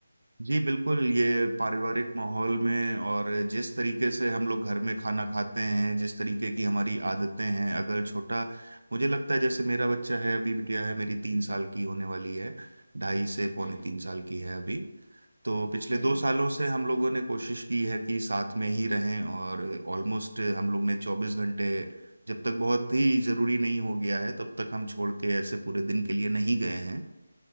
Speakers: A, on the right (about 85°); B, on the left (about 20°).
A: जी बिल्कुल ये पारिवारिक माहौल में और जिस तरीके से हम लोग घर में खाना खाते हैं जिस तरीके की हमारी आदतें हैं अगर छोटा मुझे लगता है जैसे मेरा बच्चा है अभी बिटिया है मेरी तीन साल की होने वाली है ढाई से पौने
B: हम्म
A: तीन साल की है अभी तो पिछले
B: हम्म
A: दो
B: हम्म
A: सालों से हम लोगों ने कोशिश की है कि साथ में ही रहें और ऑलमोस्ट हम लोग ने चौबीस घंटे जब तक बहुत ही जरूरी नहीं हो गया है तब तक हम छोड़ के ऐसे पूरे दिन के लिए नहीं गए हैं